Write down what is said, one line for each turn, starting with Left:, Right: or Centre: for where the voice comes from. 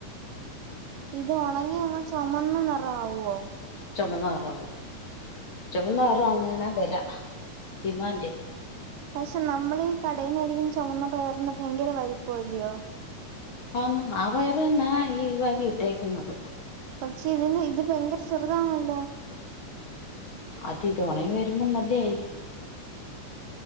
Right: ഇത് ഉണങ്ങി അങ്ങ് ചൊമന്ന നിറാവോ
Left: ചുമന്ന നിറാവും ചുമന്നറാവുന്നഞ്ഞാൽ വില ടിമാൻ്
Right: പക്ഷെ നമ്മളി കടയിന്ന്ടിക്കുന്ന ചൊമന്ന പയറിന് ഭയങ്കര വലിപ്പല്ലയോ
Left: ആന്ന് ആഹ് പയർ തന്നാ ഈ വരി ഇട്ടേക്കുന്നത്
Right: പക്ഷെ ഇതിന് ഇത് ഭയങ്കര ചെറുതാണല്ലോ
Left: അത് ഇത് ഉണങ്ങി വരുമ്പോം നല്ലയിരിക്കും